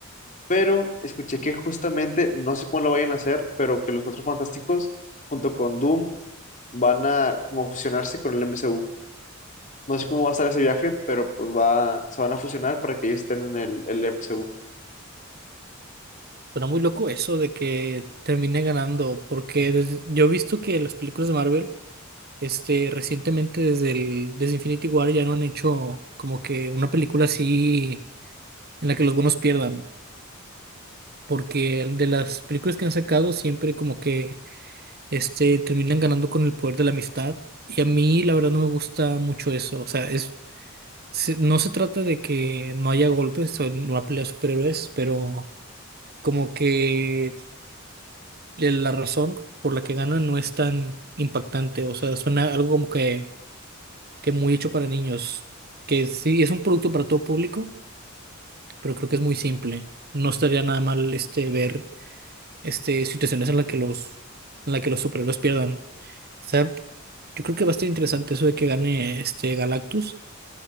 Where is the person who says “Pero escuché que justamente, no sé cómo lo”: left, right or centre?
Left